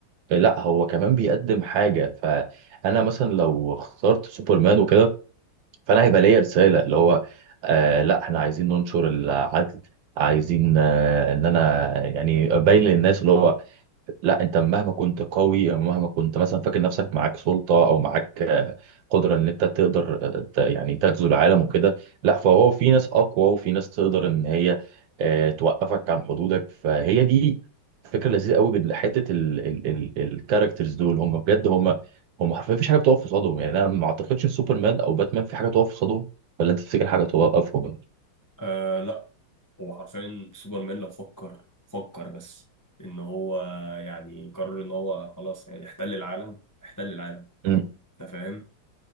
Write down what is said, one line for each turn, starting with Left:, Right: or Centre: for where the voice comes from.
Right: لا هو كمان بيقدم حاجة فأنا مثلا لو اخترت سوبرمان وكده فأنا هيبقى ليا رسالة اللي هو آه لا إحنا عايزين ننشر العدل عايزين آه، ان انا يعني ابين للناس اللي هو لا انت مهما كنت قوي مهما كنت مثلا فاكر نفسك معاك سلطه او معاك قدره ان انت تقدر ت- يعني تغزو العالم وكده لا فهو في ناس اقوى وفي ناس تقدر ان هي آه، توقفك عن حدودك فهي دي فكره لذيذه قوي بحته الكاركترز دول هم بجد هم هم حرفيا مفيش حاجه بتقف في صدهم يعني انا ما اعتقدش إن سوبرمان او باتمان في حاجه تقف في صدهم ولا انت تفتكر حاجه توقفهم
Left: آه لا هو حرفيا سوبرمان لو فكر فكر بس ان هو يعني قرر ان هو خلاص يعني يحتل العالم احتل العالم
Right: امم
Left: انت فاهم